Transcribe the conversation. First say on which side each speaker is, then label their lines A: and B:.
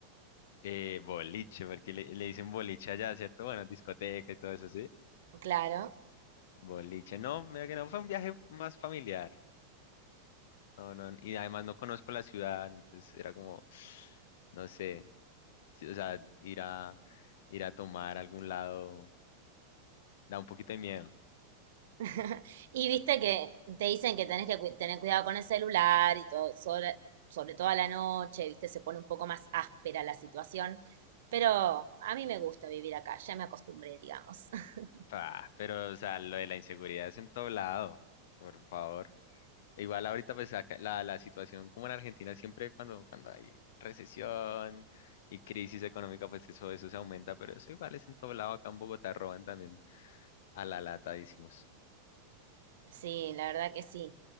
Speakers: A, on the left; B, on the right.
A: Eh, boliche, porque le, le dicen boliche allá, ¿cierto? Bueno, discoteca y todo eso, ¿sí?
B: Claro.
A: Boliche, no, mira que no, fue un viaje más familiar. No, no, y además no conozco la ciudad, entonces era como, no sé, sí, o sea, ir a, ir a tomar a algún lado da un poquito de miedo.
B: <laughs> Y viste que te dicen que tenés que cui- tener cuidado con el celular y todo, sobre, sobre todo a la noche, viste, se pone un poco más áspera la situación, pero a mí me gusta vivir acá, ya me acostumbré, digamos. <laughs>
A: Ah, pero, o sea, lo de la inseguridad es en todo lado, por favor. Igual ahorita pues acá la, la situación como en Argentina siempre cuando, cuando hay recesión y crisis económica pues eso, eso se aumenta, pero eso igual es en todo lado, acá en Bogotá roban también a la lata, decimos.
B: Sí, la verdad que sí.